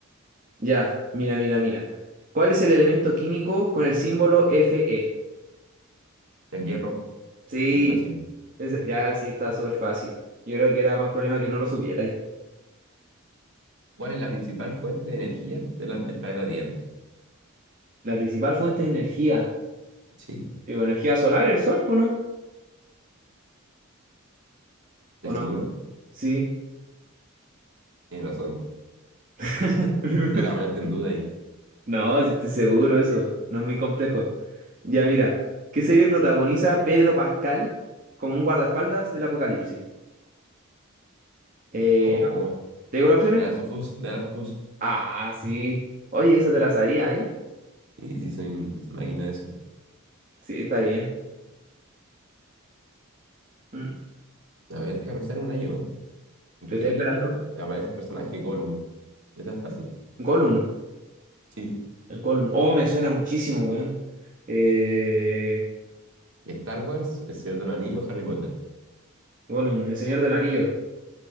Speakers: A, on the right (about 40°); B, on the right (about 60°).
A: Ya, mira, mira, mira. ¿Cuál es el elemento químico con el símbolo Fe?
B: El hierro,
A: Sí,
B: muy fácil.
A: ese- ya sí está súper fácil. Yo creo que era más problema que no lo supierais.
B: ¿Cuál es la principal fuente de energía de la, del planeta Tierra?
A: La principal fuente de energía.
B: Sí,
A: Digo, energía solar, el sol, pues no?
B: ¿estoy
A: ¿O no?
B: seguro?
A: Sí.
B: Tienes razón.
A: <laughs>
B: Era ponerte en duda ahí.
A: No, sí estoy seguro eso. No es muy complejo. Ya, mira. ¿Qué serie protagoniza Pedro Pascal como un guardaespaldas del apocalipsis? Eh,
B: Oh,
A: ¿te digo las opciones?
B: de Last of Us, The Last of Us.
A: Ah, sí. Oye, esa te la sabía ahí.
B: Sí, sí, soy una máquina de eso.
A: Sí, está bien. Mm.
B: A ver, déjame pensar una yo. ¿En
A: Te
B: qué
A: estoy
B: película
A: esperando.
B: aparece el personaje Gollum? Esta es fácil.
A: Gollum.
B: Sí,
A: El Gollum. Oh, me suena muchísimo, weón. Eh,
B: Star Wars, El Señor de los Anillos, Harry Potter.
A: Gollum, el Señor del Anillo.